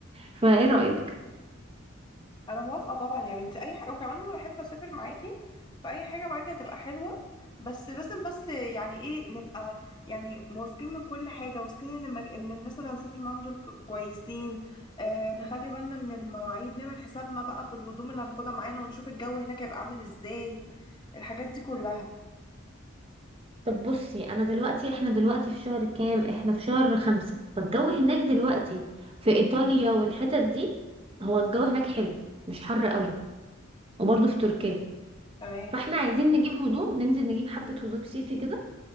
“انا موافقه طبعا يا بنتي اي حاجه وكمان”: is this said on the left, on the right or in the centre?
Left